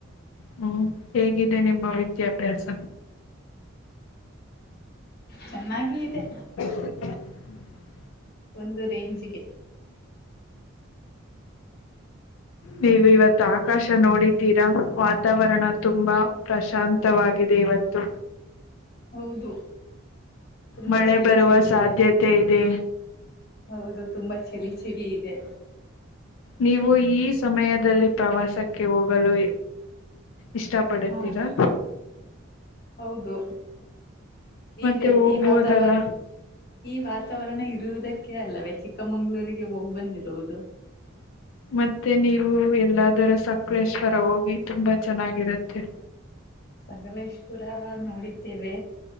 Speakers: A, on the left; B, on the left.
A: ಹ್ಮ್ ಹೇಗಿದೆ ನಿಮ್ಮ ವಿದ್ಯಾಭ್ಯಾಸ
B: ಚೆನ್ನಾಗಿ ಇದೆ
A: ಹ <inaudible>
B: ಒಂದು ರೇಂಜಿಗೆ
A: ನೀವು ಇವತ್ ಆಕಾಶ ನೋಡಿತೀರಾ ವಾತಾವರಣ ತುಂಬಾ ಪ್ರಶಾಂತವಾಗಿ ಇವತ್ತು
B: ಹೌದು ತುಂಬಾ
A: ಮಳೆ
B: ಚಳಿ
A: ಬರುವ
B: ಚಳಿ
A: ಸಾಧ್ಯತೆ
B: ಇದೆ
A: ಇದೆ
B: ಹೌದು ತುಂಬಾ ಚಳಿ ಚಳಿ ಇದೆ
A: ನೀವು ಈ ಸಮಯದಲ್ಲಿ ಪ್ರವಾಸಕ್ಕೆ ಹೋಗ ಗುರು ಇಷ್ಟ ಪಡುತ್ತೀರಾ
B: ಹಾ ಹೌದು
A: ಮತ್ತೆ
B: ಈ ವ
A: ಹೋಗ್ಬೋದಲ್ಲ
B: ಈ ವಾತಾವರಣ ಈ ವಾತಾವರಣ ಇರುವುದಕ್ಕೆ ಅಲ್ಲವೆ ಚ್ಚಿಕ್ ಚಿಕ್ಕಮಂಗಳೂರಿಗೆ ಹೋಗಿ ಬಂದಿರವುದು
A: ಮತ್ತೆ ನೀವು ಎಲ್ಲಾದರೂ ಸಕಲೇಶ್ವರ ಹೋಗಿ ತುಂಬಾ ಚೆನ್ನಾಗಿರುತ್ತೆ
B: ಸಕಲೇಶಪುರ ನೋಡಿದ್ದೇವೆ